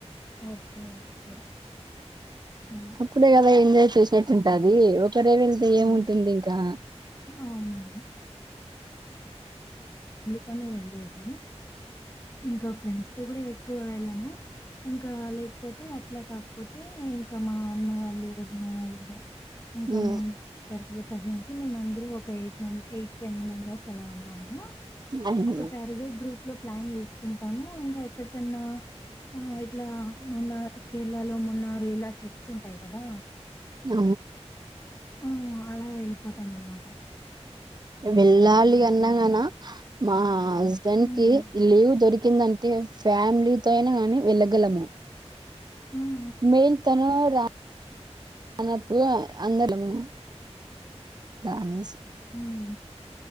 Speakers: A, on the left; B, on the right.
A: ఓకే ఓకే అలా.
B: అప్పుడే కదా ఎంజాయ్ చేసేట్టుంటాది ఒకరే వెళ్తే ఏముంటుంది
A: ఆ!
B: ఇంకా
A: అవునవును. తనే వెళ్లేది ఇంకా ఫ్రెండ్స్ తో కూడా ఎక్కువ వెళ్ళను ఇంకా లేకపోతే అట్లా కాకపోతే ఇంకా మా అన్న వాళ్ళు తిన వాళ్ళు ఇంకా
B: ఉమ్
A: మేం తర్త్ కజిన్స్ మేమందరూ ఒక ఎయిట్ ఎయిట్ టెన్ మెంబెర్స్ అలా ఉన్నాం
B: ఉమ్
A: ఒకసారిగా గ్రూప్ లో ప్లాన్ చేస్త కుంటాము ఇంకా ఎక్కడికన్నా ఇట్లా మొన్న కేరళలో మొన్న ఇలా ట్రిప్స్ ఉంటాయి కదా
B: అ
A: ఆ అలా వెళ్ళిపోతాం అనమాట
B: వెళ్ళాలి అన్నాగాన మా ఆ హస్బెండ్
A: ఉమ్
B: కి లీవ్ దొరికి కిిందంటే ఫ్యామిలీతో అయినా గాని వెళ్ళగలము
A: హ్మ్మ్
B: మెన్ తను రా రానప్పుడు అందరము రానేసి
A: ఉమ్